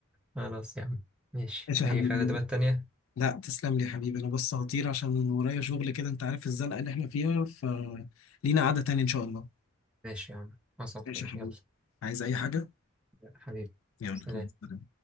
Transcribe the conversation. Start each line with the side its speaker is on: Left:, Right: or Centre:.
Centre: خلاص يا عم ماشي
Left: ماشي يا
Centre: اي
Left: حبيبي
Centre: خدمات تانية
Left: لا تسلم لي يا حبيبي انا بس هطير عشان ورايا شغل كده انت عارف الزنقه اللي احنا فيها فلينا قعده تانية ان شاء الله
Centre: ماشي يا عم حصل
Left: ماشي
Centre: خير
Left: يا حبيبي
Centre: يلا
Left: عايز اي حاجه
Centre: حبيبي
Left: يلا
Centre: سلام